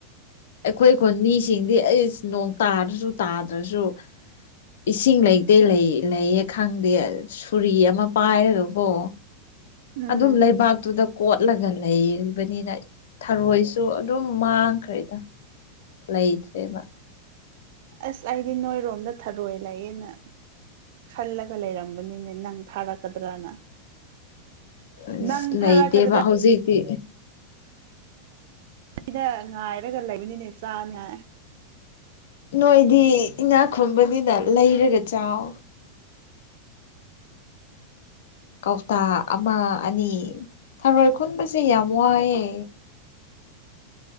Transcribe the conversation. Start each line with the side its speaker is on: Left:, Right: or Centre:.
Left: ꯑꯩꯈꯣꯏꯈꯨꯟ ꯃꯤꯁꯤꯡꯗꯤ ꯑꯩꯁ ꯅꯣꯡ ꯇꯥꯔꯁꯨ ꯇꯥꯗ꯭ꯔꯁꯨ ꯏꯁꯤꯡ ꯂꯩꯇꯦ ꯂꯩ ꯂꯩꯌꯦꯛ ꯈꯪꯗꯦ ꯁꯨꯔꯤ ꯑꯃ ꯄꯥꯏꯔꯒꯕꯣ
Right: ꯎꯝ
Left: ꯑꯗꯨꯝ ꯂꯩꯕꯥꯛꯇꯨꯗ ꯀꯣꯠꯂꯒ ꯂꯩꯔꯤꯕꯅꯤꯅ ꯊꯔꯣꯏꯁꯨ ꯑꯗꯨꯝ ꯃꯥꯡꯈ꯭ꯔꯦꯗ ꯂꯩꯇꯔꯦꯕ
Right: ꯑꯁ ꯑꯩꯗꯤ ꯅꯣꯏꯔꯣꯝꯗ ꯊꯔꯣꯏ ꯂꯩꯌꯦꯅ ꯈꯜꯂ ꯂꯩꯔꯝꯕꯅꯤꯅꯦ ꯅꯪ ꯊꯥꯔꯛꯀꯗ꯭ꯔꯅ
Left: ꯑꯁ
Right: ꯅꯪ
Left: ꯂꯩꯇꯦꯕ
Right: ꯊꯥꯔꯛꯀꯗ꯭ꯔꯥ
Left: ꯍꯧꯖꯤꯛꯇꯤ
Right: ꯑꯩꯅ ꯉꯥꯏꯔꯒ ꯂꯩꯕꯅꯤꯅꯦ ꯆꯥꯅ
Left: ꯅꯣꯏꯗꯤ ꯏꯅꯥꯛꯈꯨꯟꯕꯅꯤꯅ ꯂꯩꯔꯒ ꯆꯥꯎ ꯀꯧꯇꯥ ꯑꯃ ꯑꯅꯤ ꯊꯔꯣꯏ ꯈꯨꯟꯕꯁꯤ ꯏ ꯌꯥꯝ ꯋꯥꯌꯦ